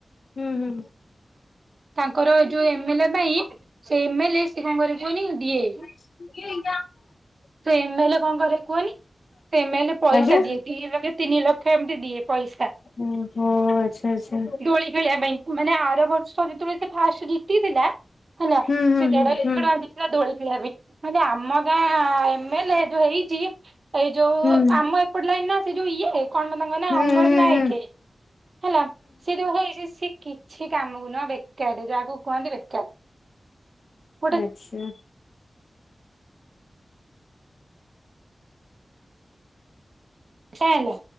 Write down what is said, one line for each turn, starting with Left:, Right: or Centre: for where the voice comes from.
Left: ହୁଁ ହୁଁ
Right: ତାଙ୍କର ଯୋଉ ଏମେ ଲେ ପାଇଁ ସେଇ ଏମେଲେ, ସେ କଣ କରେ କୁହନି? ଦିଏ।
Left: ହ <inaudible>
Right: ସେ ଏମେଲେ କଣ କରେ କୁହନି, ସେ ଏମେଲେ ପଇସା
Left: ଆଜ୍ଞା।
Right: ଦିଏ। ଦି ଲକ୍ଷ, ତିନି ଲକ୍ଷ ଏମିତି ଦିଏ ପଇସା
Left: ଓହୋ ଆଚ୍ଛା ଆଚ୍ଛା
Right: ଦୋଳି ଖେଳିବା ପାଇଁ। ମାନେ ଆର ବର୍ଷ ଯେତେବେଳେ ସେ ଫାର୍ଷ୍ଟ ଜିତିଥିଲା ହେଲା,
Left: ହୁଁ ହୁଁ
Right: ସେ ଦେଢ଼
Left: ହୁଁ
Right: ଲକ୍ଷ
Left: ହୁଁ
Right: ଦେଇଥିଲା ଦୋଳି ଖେଳିବା ପାଇଁ। ମାନେ ଆମ ଗାଁ ଏମେଲେ ଯୋଉ ହେଇଛି, ଏଇ ଯୋଉ
Left: ହୁଁ।
Right: ଆମ ଏପଟ ଲାଇନର ସେ ଯୋଉ ଇଏ କଣ ବା ତାଙ୍କ ନାଁ?
Left: ହୁଁ
Right: ଅମର
Left: ହୁଁ
Right: ନାୟକେ
Left: ହୁଁ
Right: ହେଲା। ସେ ଯୋଉ ହେଇଛି ସେ କିଛି କାମକୁ ପୁରା ବେକାର, ଯାହାକୁ କୁହନ୍ତି ବେକାର। ଗୋଟେ
Left: ଆଚ୍ଛା।
Right: କାଇଁ ହେଲା?